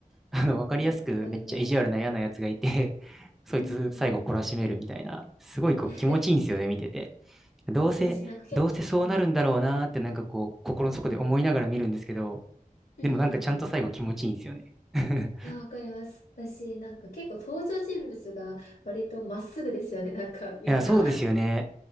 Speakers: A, in the centre; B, on the left.
A: <laughs> あの、わかりやすくめっちゃ意地悪な嫌なやつがいて、
B: うん、わかります。
A: <laughs> そいつ最後懲らしめるみたいな、
B: うんうんうん。
A: すごいこう気持ちいいんですよね、
B: <laughs>
A: 見てて。どうせ、
B: 私、なんか結構、
A: どうせそうなるんだろうなーってなんかこう、
B: うん。
A: 心の底で思いながら見るんですけど、
B: うんうんうん。
A: でもなんかちゃんと最後気持ちいいんですよね。<laughs>
B: いや、わかります。私、なんか結構登場人物が割とまっすぐですよね、なんか、みんな。
A: いや、そうですよね。